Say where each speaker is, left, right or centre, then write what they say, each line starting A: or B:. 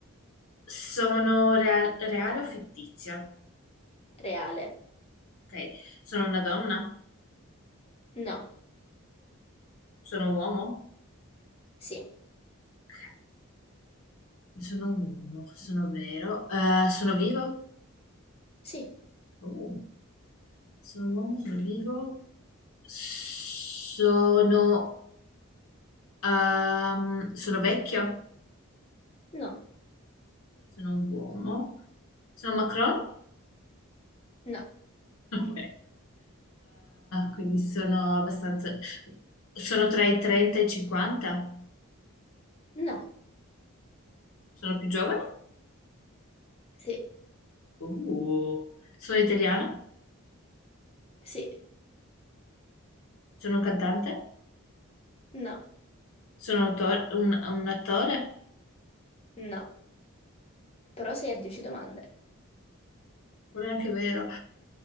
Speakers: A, on the left (about 70°); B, on the left (about 25°).
A: sono rea- reale o fittizia?
B: Reale.
A: Ok, sono una donna?
B: No.
A: Sono un uomo?
B: Sì.
A: Ok, sono un uomo, sono vero. Eh, sono vivo?
B: Sì.
A: Oh, sono un uomo, sono vivo. Sono, ehm, sono vecchio?
B: No,
A: Sono un uomo. Sono Macron? <laughs>
B: no,
A: Ok. Eh, quindi sono abbastanza... Sono tra i 30 e i 50?
B: no,
A: Sono più giovane?
B: sì,
A: Uh. Sono italiano?
B: sì,
A: Sono un cantante?
B: no,
A: Sono autore- un, un attore?
B: no. Però sei a 10 domande.
A: Non è anche vero.